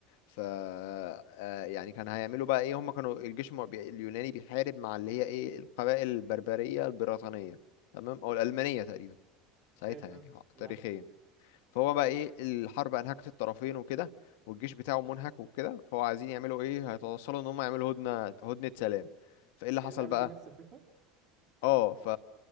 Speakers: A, on the left (about 75°); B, on the right (about 50°).
A: ف آه، يعني كان هيعملوا بقى ايه هم كانوا الجيش المع- بي- اليوناني بيحارب مع اللي هي ايه القبائل البربرية البريطانية تمام او الألمانية تقريبا ساعتها
B: ايوه تمام
A: يعني ه-
B: معاك
A: تاريخيا فهو بقى ايه الحرب انهكت الطرفين وكده والجيش بتاعه منهك وكده فهو عايزين يعملوا ايه هيتوصلوا ان هم يعملوا هدنة هدنة سلام فايه اللي
B: هي
A: حصل
B: اللعبه
A: بقى
B: دي نفس الفكره؟
A: اه ف